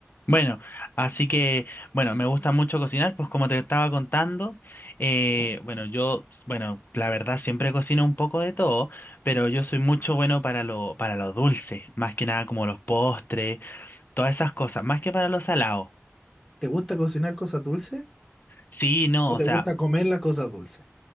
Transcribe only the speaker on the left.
Bueno, así que, bueno, me gusta mucho cocinar, pues como te estaba contando, eh,
bueno, yo, bueno, la verdad siempre cocino un poco de todo, pero yo soy mucho bueno para lo, para lo dulce, más que nada como los postres, todas esas cosas, más que para lo salado.
Sí, no,
o sea,